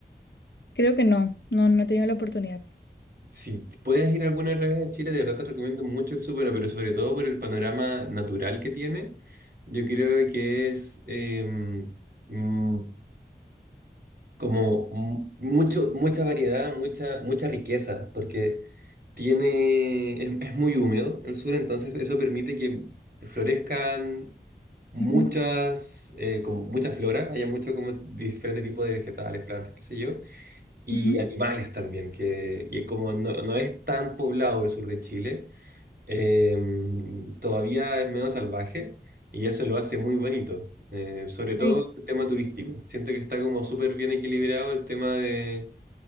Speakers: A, on the left; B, on the right.
A: Creo que no, no, no he tenido la oportunidad.
B: Si puedes ir alguna vez a Chile, de verdad te recomiendo mucho el Súper, pero sobre todo por el panorama natural que tiene. Yo creo que es eh, mm, como mu- mucho, mucha variedad, mucha, mucha riqueza, porque tiene, es, es muy húmedo el sur, entonces eso permite que florezcan muchas,
A: Ujú,
B: eh, como mucha flora, haya mucho como diferente tipo de vegetales, plantas, qué sé yo y
A: ujú.
B: animales también, que, y como no, no es tan poblado el sur de Chile, eh, todavía es menos salvaje y eso lo hace muy bonito, eh, sobre todo
A: Ay,
B: el tema turístico. Siento que está como súper bien equilibrado el tema de